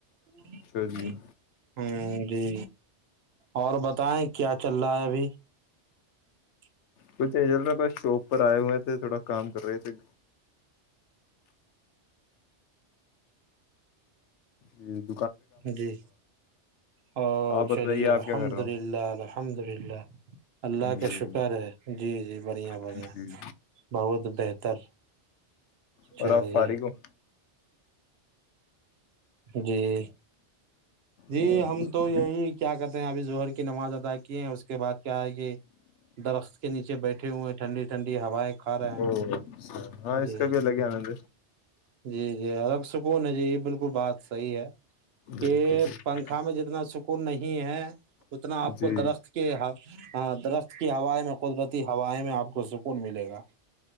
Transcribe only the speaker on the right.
<unintelligible>
ہاں <unintelligible> جی اور بتائیں کیا چل رہا ہے ابھی <unintelligible>
جی او
چلیے
الحمد
للہ ال الحمد للہ <unintelligible> اللہ
کا شکر ہے <unintelligible> جی جی <unintelligible> بڑھیا
بڑھیا
بہت <unintelligible> تو بہتر <unintelligible>
چلیے
جی <unintelligible> جی
ہم تو یہی کیا کہتے ہیں ابھی ہر کی نماز ادا کی ہے اس کے بعد کیا ہے کہ درخت کے نیچے بیٹھے ہوئے ہیں ٹھنڈی ٹھنڈی ہوائیں کھا رہے ہیں
جی
جی جی الگ سکون ہے جی یہ بالکل بات صحیح ہے کہ
<unintelligible>
پنکھا میں جتنا سکون نہیں ہے <unintelligible> اتنا آپ
کو درخت کے درخت <unintelligible> کی ہوائ میں قدرتی ہوائ میں آپ کو سکون ملے گا